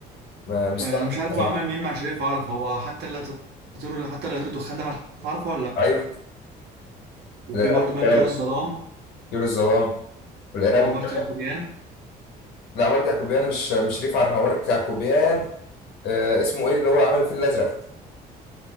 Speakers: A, on the left; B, on the right.
A: ما- مستغرب
B: آه انا مش عارف
A: بصراحه
B: هو عمل مين مع شريف عرفة هو حتى لا تطير حتى لا يطير الدخان ده مع شريف عرفة ولا لا
A: ايوه
B: وفي
A: الارهاب
B: برضه
A: والكباب
B: بان طيور الظلام
A: طيور الظلام والارهاب
B: وعمارة
A: والكباب
B: يعقوبيان
A: لا عمارة يعقوبيان مش مش شريف عرفة عمارة يعقوبيان آه اسمه ايه اللي هو عمل الفيل الازرق